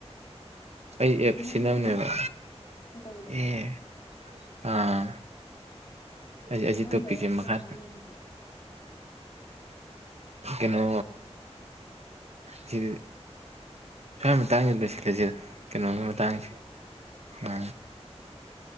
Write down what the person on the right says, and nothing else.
ꯑꯩ ꯑꯦꯞ
ꯁꯤꯅꯝꯅꯦꯕ
ꯑꯦ ꯑꯥ ꯑꯩ
ꯇꯣꯄꯤꯤꯛꯦ
ꯃꯈꯥ
ꯀꯩꯅꯣ ꯁꯤ ꯁ꯭ ꯑꯃ ꯇꯥꯡꯉꯁꯂ ꯁꯤ ꯀꯩꯅꯣꯝ ꯃꯇꯥꯡꯁꯤ
ꯑ